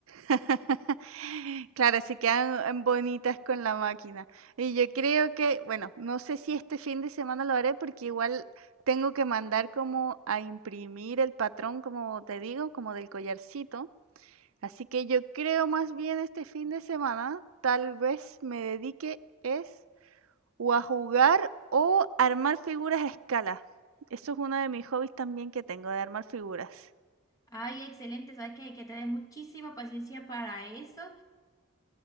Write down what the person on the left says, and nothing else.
Ay, excelente, sabes que hay que tener muchísima paciencia para eso.